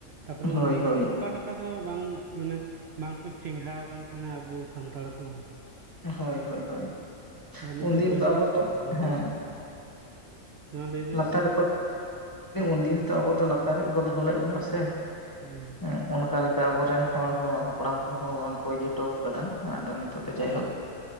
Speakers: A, on the right; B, on the left.
A: ᱛᱟᱯᱚᱨᱮ
B: ᱦᱳᱭ
A: ᱩᱱᱫᱤᱱ
B: ᱦᱳᱭ
A: ᱛᱚ ᱚᱱᱠᱟ ᱞᱮᱠᱟ ᱚᱱᱠᱟ ᱫᱚ ᱵᱟᱝ ᱢᱟᱱᱮ ᱵᱟᱝᱠᱚ ᱪᱮᱸᱜᱷᱟᱣ ᱠᱟᱱ ᱛᱟᱦᱮᱱᱟ ᱟᱵᱚ ᱥᱟᱱᱛᱟᱲ ᱠᱚ
B: ᱦᱳᱭ ᱦᱳᱭ ᱦᱳᱭ
A: <inaudible>
B: ᱩᱱᱫᱤᱱ
A: ᱵᱟᱹᱭ
B: ᱫᱚ
A: ᱵᱟᱹᱭ
B: ᱟᱵᱚ
A: ᱛᱮ
B: ᱫᱚ
A: ᱦᱳᱭ
B: ᱦᱮᱸ
A: ᱦᱳᱭ ᱦᱮᱸ ᱢᱟ ᱞᱟᱹᱭ ᱵᱮᱱ
B: ᱞᱟᱛᱟᱨ ᱨᱮᱠᱚ, ᱩᱱᱫᱤᱱ
A: ᱦᱮᱸ
B: ᱛᱚ ᱟᱵᱚ ᱫᱚ ᱞᱟᱛᱟᱨ ᱨᱮᱜᱮ ᱠᱚ ᱫᱚᱦᱚ ᱞᱮᱜ ᱵᱚᱱᱟ ᱥᱮ
A: ᱦᱮᱸ
B: ᱮᱸ ᱚᱱᱠᱟ ᱞᱮᱠᱟ ᱟᱵᱚᱨᱮᱱ ᱦᱚᱲ ᱦᱚᱸ ᱦᱟᱯᱲᱟᱢ ᱠᱚᱦᱚᱸ ᱵᱟᱝᱠᱚ ᱤᱭᱟ ᱦᱚᱴᱚ ᱠᱟᱜ-ᱟ, ᱟᱫᱚ <unintelligible>
A: ᱦᱮᱸ
B: <unintelligible> ᱡᱟᱭᱦᱳᱠ